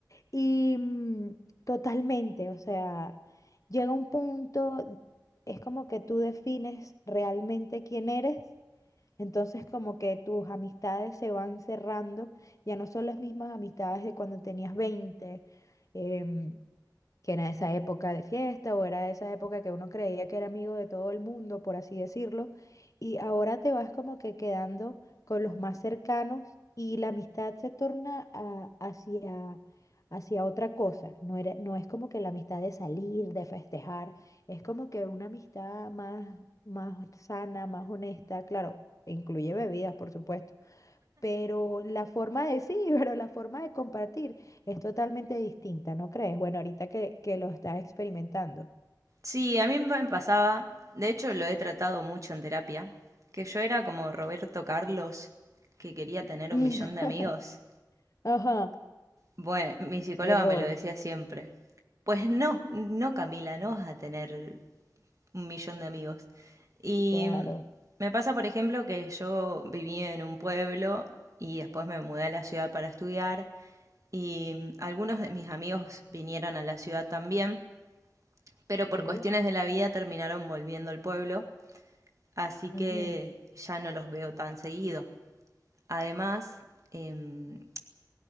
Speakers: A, on the left; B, on the right.
A: Y mm, totalmente, o sea, llega un punto, es como que tú defines realmente quién eres, entonces como que tus amistades se van cerrando, ya no son las mismas amistades de cuando tenías 20. em, que era esa época de fiesta o era esa época que uno creía que era amigo de todo el mundo, por así decirlo, y ahora te vas como que quedando con los más cercanos y la amistad se torna a- hacia, hacia otra cosa, no era, no es como que la amistad de salir, de festejar, es como que una amistad más, más sana, más honesta, claro, incluye bebidas, por supuesto. Pero la forma de sí, <laughs> pero la forma de compartir es totalmente distinta, ¿no crees? Bueno, ahorita que, que lo estás experimentando.
B: Sí, a mí me pasaba, de hecho lo he tratado mucho en terapia, que yo era como Roberto Carlos, que quería tener
A: <laughs>
B: un millón de amigos.
A: Ajá,
B: Bueno, mi psicóloga
A: error,
B: me lo decía siempre. Pues no, no, Camila, no vas a tener un millón de amigos. Y
A: claro,
B: me pasa, por ejemplo, que yo viví en un pueblo y después me mudé a la ciudad para estudiar y algunos de mis amigos vinieron a la ciudad también, pero por
A: ok.
B: cuestiones de la vida terminaron volviendo al pueblo, así
A: Ujú,
B: que ya no los veo tan seguido. Además, em,